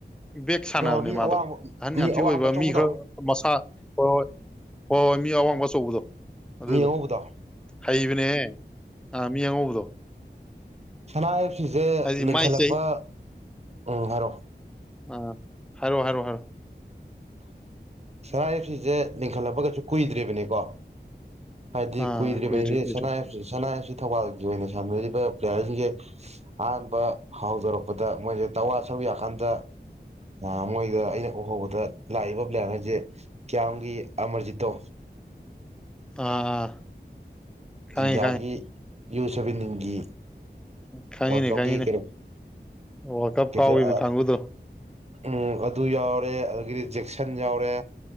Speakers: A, in the centre; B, on the right (about 35°).
A: ꯕꯦꯛ ꯁꯥꯟꯅꯕꯅꯦ
B: ꯃꯤ ꯑꯋꯥꯡꯕ
A: ꯃꯥꯗꯣ ꯑꯍꯟ
B: ꯃꯤ
A: ꯌꯥꯝ
B: ꯑꯋꯥꯡꯕ
A: ꯊꯤ ꯑꯣꯏꯕ
B: ꯑꯆꯧꯕꯗꯣ
A: ꯃꯤ ꯈꯔ ꯃꯁꯥ <inaudible> ꯃꯤ ꯑꯋꯥꯡꯕ ꯑꯆꯧꯕꯗꯣ ꯑꯗꯨꯗꯣ
B: ꯃꯤ ꯑꯉꯧꯕꯗꯣ
A: ꯍꯩꯕꯅꯦꯍꯦ ꯑꯥ ꯃꯤ ꯑꯉꯧꯕꯗꯣ
B: ꯁꯅꯥ ꯑꯞꯁꯤꯁꯦ
A: ꯍꯥꯏꯗꯤ
B: ꯂꯤꯡꯈꯠꯂꯛꯄ
A: ꯃꯥꯏ ꯆꯍꯤ
B: ꯎꯝ ꯍꯥꯏꯔꯣ
A: ꯎꯝ ꯍꯥꯏꯔꯣ ꯍꯥꯏꯔꯣ ꯍꯥꯏꯔꯣ
B: ꯁꯅꯥ ꯑꯞꯁꯤꯁꯦ ꯂꯤꯡꯈꯠꯂꯛꯄꯀꯩꯁꯨ ꯀꯨꯏꯗ꯭ꯔꯤꯕꯅꯤꯀꯣ ꯍꯥꯏꯗꯤ
A: ꯑꯥ
B: ꯀꯨꯏꯗ꯭ꯔꯤꯕꯅꯤꯗꯤ
A: ꯀꯨꯏꯗ꯭ꯔꯤ ꯀꯨꯏꯗ꯭ꯔꯤ
B: ꯁꯅꯥꯑꯞꯁꯤ ꯊꯧꯕꯥꯜꯒꯤ ꯑꯣꯏꯅ ꯁꯥꯟꯅꯔꯤꯕ ꯄ꯭ꯂꯦꯋꯔꯁꯤꯡꯁꯦ ꯑꯍꯥꯟꯕ ꯍꯧꯗꯣꯔꯛꯄꯗ ꯃꯣꯏꯁꯦ <unintelligible> ꯉꯍꯟꯃꯨꯛ ꯑꯩꯒ ꯑꯩꯅ ꯎꯍꯧꯕꯗ ꯂꯥꯛꯏꯕ ꯄ꯭ꯂꯦꯋꯔꯖꯦ ꯀꯤꯌꯥꯝꯒꯤ ꯑꯃꯔꯖꯤꯠꯇꯣ
A: ꯑꯥ ꯈꯪꯉꯦ
B: ꯏꯟꯗꯤꯌꯒꯤ ꯌ꯭ꯨ ꯁꯚꯦꯟꯇꯤꯟꯒꯤ
A: ꯈꯪꯉꯤꯅꯦ
B: ꯋꯥꯔꯜ ꯀꯞꯀꯤ
A: ꯈꯪꯉꯤꯅꯦ
B: ꯀꯩꯅꯣ
A: ꯋꯥꯜꯀꯥꯂꯕ
B: ꯀꯦꯞꯇꯦꯟ
A: ꯀꯥꯎꯏꯕ ꯀꯥꯡꯕꯨꯗꯣ
B: ꯎꯝ ꯑꯗꯨ ꯌꯎꯔꯦ ꯑꯗꯒꯤꯗꯤ ꯖꯦꯛꯁꯟ ꯌꯎꯔꯦ